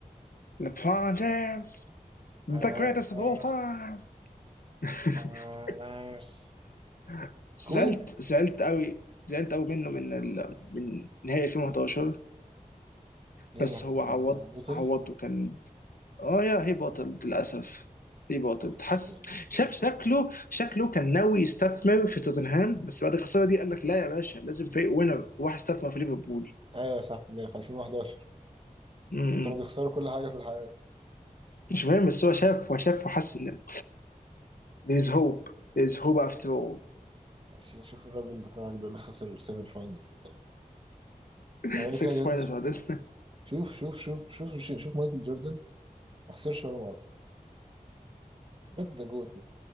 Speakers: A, on the left; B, on the right.
A: لبرون جيمس ذا
B: أمران
A: greatest
B: نايمس
A: of all time <laughs>
B: أمران نايمس
A: <applause>
B: كوبي
A: زعلت زعلت قوي زعلت قوي منه من ال... من نهائي 2011
B: ليه
A: بس
B: عشان
A: هو عوض
B: بوتل
A: عوض وكان اه يا هي بطل للاسف هي بطل
B: يا حبيبي
A: حس
B: يا للدرجة.
A: شاف شكله شكله كان ناوي يستثمر في توتنهام بس بعد الخساره دي قال لك لا يا باشا لازم فريق وينر راح استثمر في ليفربول
B: أيوة صح في اللي في 2011
A: امم
B: كانوا بيخسروا كل حاجة في الحياة
A: مش فاهم بس هو شاف هو شاف وحس ان there is hope there is hope after all
B: ماشي نشوف الراجل بتاعك ده اللي خسر 7 فاينلز
A: <laughs>
B: عمال
A: six
B: فيها جريتس
A: finals on this
B: شوف شوف شوف شوف شوف مايكل جوردن ما خسرش ولا مرة ده ذا جوت